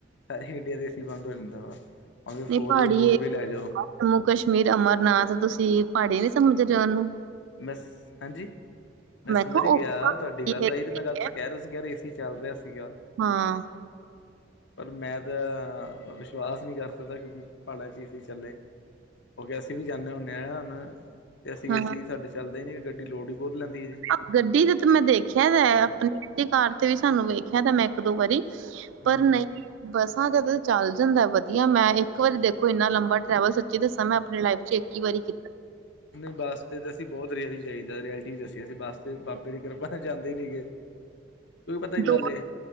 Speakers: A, on the left (about 65°); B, on the right (about 75°).
A: ਸਾਰੀ ਗਡੀਆਂ ਦੇ ਏ ਸੀ ਬੰਦ ਹੋ ਜਾਂਦਾ ਵਾ ਭਾਂਵੇ
B: ਨਹੀਂ।
A: ਫੋਰ
B: ਪਹਾੜੀ
A: ਬਾਈ ਫੋਰ
B: ਏ
A: ਵੀ ਲੈ ਜਓ।
B: ਜੰਮੂ ਕਸ਼ਮੀਰ, ਅਮਰਨਾਥ ਤੁਸੀ ਪਾੜੀ ਨੀ ਸਮਝ ਰੇ ਓਨੂੰ।
A: ਮਿਸ ਹਾਂਜੀ। ਮੈਂ ਸਮਝ
B: ਕਿਹਾ
A: ਗਿਆ
B: ਉਹ ਪਹਾੜੀ
A: ਤੁਆਡੀ ਗੱਲ ਐਈ ਤੇ ਮੈਂ
B: ਹੀ
A: ਗੱਲ ਤੁਸੀ
B: ਹੈ।
A: ਕੈ ਰੇ ਤੁਸੀ ਕੈ ਰੇ ਏ ਸੀ ਚੱਲ ਰਿਆ ਸੀਗਾ।
B: ਹਾਂ।
A: ਪਰ ਮੈਂ ਤਾਂ ਵਿਸ਼ਵਾਸ ਨੀ ਕਰ ਸਕਦਾ ਕਿਉਂਕਿ ਪਾੜਾਂ ਚ ਏ ਸੀ ਚੱਲੇ। ਓਕੇ ਅਸੀ ਵੀ ਜਾਂਨੇ ਹੁੰਨੇ ਆਂ ਹਨ ਅਸੀ
B: ਹਾਂ।
A: ਏ ਸੀ ਸਾਡੇ ਚੱਲਦੇ ਨੀ ਗੱਡੀ ਲੋਡ ਈ ਬੋਤ ਲੈਂਦੀ ਏ ਜੀ।
B: ਅ ਗੱਡੀ ਦੇ ਤੇ ਮੈਂ ਦੇਖਿਆ ਦਾ
A: ਅ
B: ਅਪਣੀ ਕਾਰ ਤੇ ਵੀ ਸਾਨੂੰ ਵੇਖਿਆ ਦਾ ਮੈਂ ਏਕ-ਦੋ ਵਾਰੀ। ਪਰ
A: ਹੂੰ।
B: ਨਈ। ਬੱਸਾਂ ਦਾ ਤੇ ਚੱਲ ਜਾਂਦਾ ਵਧੀਆ ਮੈਂ ਇੱਕ ਵਾਰੀ ਦੇਖੋ ਇੰਨਾ ਲੰਬਾ ਟਰੈਵਲ ਸੱਚੀ ਦਸਾਂ ਮੈਂ ਅਪਣੀ ਲਾਈਫ ਚ ਇਕ ਈ ਵਾਰੀ ਕੀ
A: ਨਈ ਬੱਸ ਤੇ, ਤੇ ਅਸੀ ਬੋਤ ਰੇਅਲ ਈ ਜਾਈਦਾ ਰਿਐਲਟੀ ਦੱਸੀਏ ਅਸੀ ਬਸ ਤੇ ਬਾਬੇ ਦੀ ਕਿਰਪਾ ਜਾਂਦੇ ਈ ਨੀਗੇ। ਕਿਉਂਕ ਪਤਾ ਕੀ
B: ਦੋ
A: ਗੱਲ ਏ,